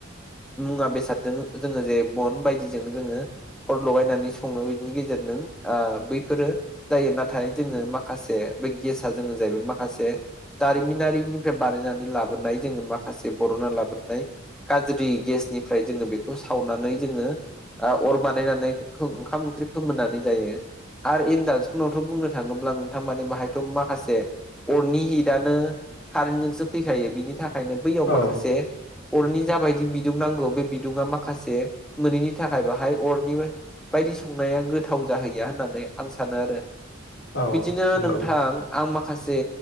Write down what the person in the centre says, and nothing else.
मुवा बेसादजों जोङो जे बन बायदिजों जोङो। अर लगायनानै सङो बिनि गेजेरजों बैफोरो जायो नाथाय जोङो माखासे बे गेसआ जोङो जाहैबाय माखासे दारिमिनारिनिफ्राय बानायनानै लाबोनाय जोङो माखासे बर'ना लाबोनाय गाज्रि गेसनिफ्राय जोङो बेखौ सावनानै जोङो अर बानायनानै ओंखाम ओंख्रि फोमोननानै जायो आरो। दान्सनावथ' बुंनो थाङोब्ला नोंथां माने बाहायथ' माखासे। अरनि हिटआनो कारेन्टजोंसो फैखायो बिनि थाखाय ओंखायनो बैयाव
माखासे अरनि जाबायदि बिदुं नांगौ। बे बिदुुंआ माखासे मोनिनि थाखाय बाहाय अरनिबो बायदि संनाया गोथाव जाहैया होननानै आं सानो आरो
बिदिनो
नोंथां आं माखासे माखासे